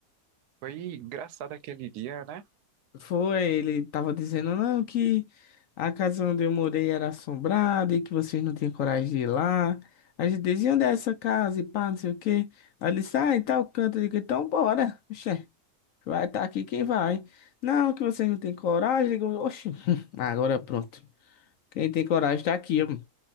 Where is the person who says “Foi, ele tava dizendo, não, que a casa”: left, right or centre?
Left